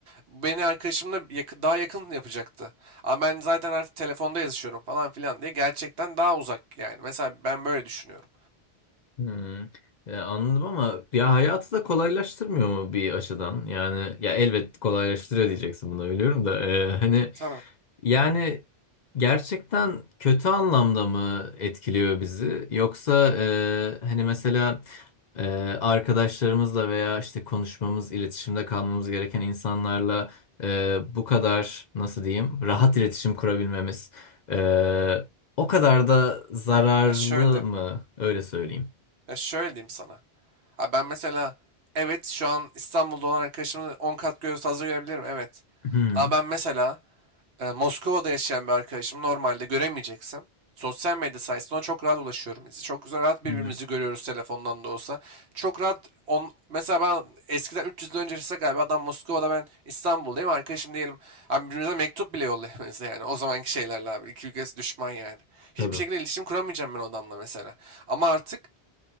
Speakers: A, on the right; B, on the left.
A: Bu Beni arkadaşımla yakı- daha yakın yapacaktı. Ama ben zaten artık telefonda yazışıyorum falan filan diye gerçekten daha uzak yani. Mesela ben böyle düşünüyorum.
B: Hmm. Ya anladım ama ya hayatı da kolaylaştırmıyor mu bir açıdan? Yani ya elbet kolaylaştırıyor diyeceksin buna biliyorum da e, hani
A: Tamam.
B: yani gerçekten kötü anlamda mı etkiliyor bizi? Yoksa e, hani mesela e, arkadaşlarımızla veya işte konuşmamız, iletişimde kalmamız gereken insanlarla e, bu kadar nasıl diyeyim rahat iletişim kurabilmemiz e, o kadar da zararlı
A: Ya şöyle diyeyim.
B: mı? Öyle söyleyeyim.
A: Ya şöyle diyeyim sana. Ha ben mesela evet şu an İstanbul'da olan arkadaşımın 10 kat göz hazır görebilirim evet.
B: Hmm,
A: Ama ben mesela e, Moskova'da yaşayan bir arkadaşımı normalde göremeyeceksem sosyal medya sayesinde ona çok rahat ulaşıyorum. Biz çok güzel rahat
B: hmm,
A: birbirimizi görüyoruz telefondan da olsa. Çok rahat on, mesela ben eskiden 300 yıl öncesi galiba adam Moskova'da ben İstanbul'dayım arkadaşım diyelim. Abi birbirimize mektup bile yollayamayız <laughs> yani o zamanki şeylerle abi. İki ülkesi düşman yani. Hiçbir
B: tabii.
A: şekilde iletişim kuramayacağım ben o adamla mesela. Ama artık